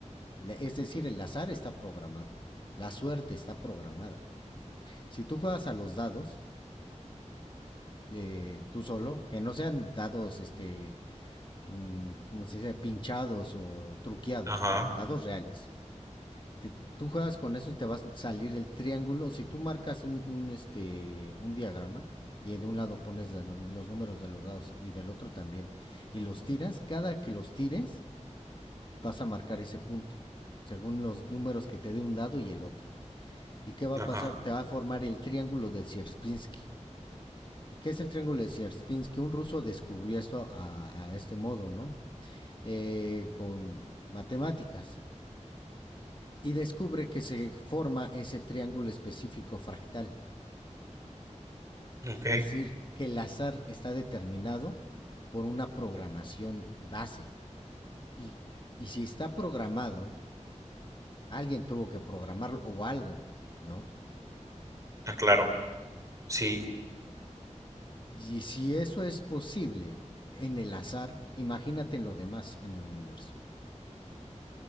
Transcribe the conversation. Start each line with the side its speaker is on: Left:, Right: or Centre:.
Left: La- Es decir, el azar está programado, la suerte está programada. Si tú juegas a los dados, eh, tú solo, que no sean dados, este, mm, como se dice, pinchados o truqueados,
Right: ajá,
Left: no, dados reales. Te- tú juegas con eso y te va a salir el triángulo. Si tú marcas un, un, este, un diagrama, y de un lado pones la num- los números de los dados y del otro también, y los tiras, cada que los tires, vas a marcar ese punto, según los números que te dé un dado y el otro. ¿Y qué va
Right: ajá.
Left: a pasar? Te va a formar el triángulo de Sierpinski. ¿Y qué es el triángulo de Sierpinski? Un ruso descubrió esto a, a este modo, ¿no? Eh, con matemáticas. Y descubre que se forma ese triángulo específico fractal.
Right: Ok,
Left: Es decir, que el azar está determinado por una programación base. Y, y si está programado, alguien tuvo que programarlo o algo, ¿no?
Right: ah, claro. Sí,
Left: Y si eso es posible en el azar, imagínate en lo demás, en el universo.